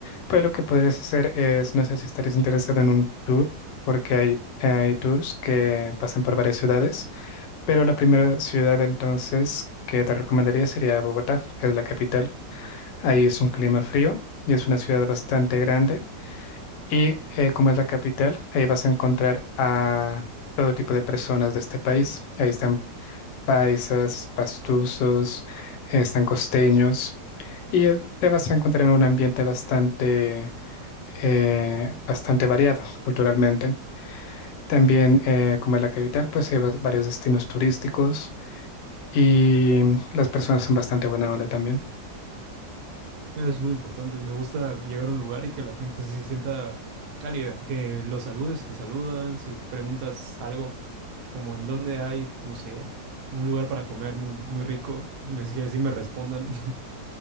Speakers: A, on the left; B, on the right.
A: pues lo que podrías hacer es, no sé si estarías interesado en un tour, porque hay, hay tours que pasan por varias ciudades, pero la primera ciudad entonces que te recomendaría sería Bogotá, que es la capital. Ahí es un clima frío y es una ciudad bastante grande. Y eh, como es la capital, ahí vas a encontrar a todo tipo de personas de este país. Ahí están paisas, pastusos, eh, están costeños. Y eh, te vas a encontrar en un ambiente bastante, eh, bastante variado culturalmente. También, eh, como es la capital, pues hay va- varios destinos turísticos y las personas son bastante buena onda también.
B: Eso es muy importante. Me gusta llegar a un lugar y que la gente se sienta cálida, que los saludes, si te saludan, si preguntas algo como en dónde hay, no sé, un lugar para comer muy, muy rico, me, si si me respondan. <laughs>